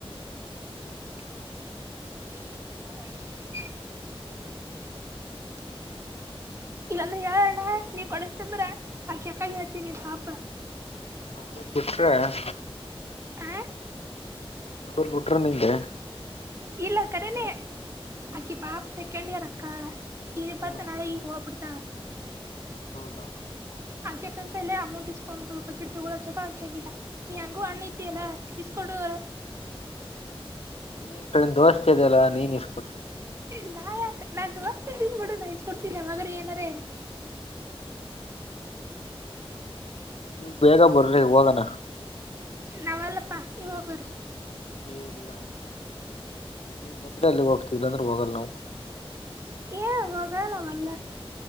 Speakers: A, on the right; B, on the left.
A: ಹಾ <inaudible> ಇಲ್ಲಾಂದ್ರೆ ಹೇಳಣ್ಣ ನೀವ್ ಕೊಡಸ್ತಂದ್ದರ ಆಕಿ ಅಕ್ಕಾಗ ಹೇಳ್ತೀನಿ ಪಾಪ.
B: ಹದ್ ಬಿಟ್ರೆ <inaudible>
A: ಹ <inaudible>
B: ತಗರ್ ಬಿುಟರ ನೀ <unintelligible>
A: ಇಲ್ಲ ಕರೇನೆ ಅಕಿ ಪಾಪ ಸೆಕೆಂಡ್ ಇಯರ್ ಅಕ್ಕಳಾ. ಇ
B: ಹಾ
A: ಪತ್ ನಳ ಈೋಗಪಡ್ತಳ <unintelligible>
B: ಹೌದಾ,
A: ಆಕೆಕಂತೇಲೆ ಎಲ್ಲ ಅಮೌಂಟ್ ಇಸ್ಕೊಂಡು ಬಕಿಟ್ತಗಂಡು ಚಲೋ ಅನ್ಸಂಗಿಲ್ಲ. ನೀ ಹೆಂಗೊ ಅಣ್ಣ ಇದಿಯಲ್ಲಾ ಇಸ್ಕೊಡು.
B: ನೀ ಫ್ರಂಡ್ ದೋಸ್ತ ಅದೆಲ್ಲಾನೀನ ಇಸ್ಕೊಡು.
A: ಇ ನಾ ಯಾಕೆ ನಾನ್ ದೊಸ್ತ ಅದಿನಲ್ಲಾಬಿ <unintelligible> ಡ ನಾಯಿಸಸ್ಕ ಕೊಡ್ತೀನಿ ಮಾಗ್ರ ಏನಾರ
B: ನೀವು ಬೇಗ ಬರ್ರಿ ಹೋಗುವ.
A: ನಾವಲ್ಲಪ್ಪಾ ನೀವ ಹೋಗೋರಿ
B: ಏ ಇಲ್ಲ ನೀವು ಬಂದರೆ ಅಲ್ಲಿಗೆ ಹೋಗ್ತಿವಲ್ಲ ಅಂದ್ರೆ ಹೋಗಲ್ಲ ನಾವು.
A: ಹೇ ಹೋಗ ನಾ ವಲ್ಲೆ.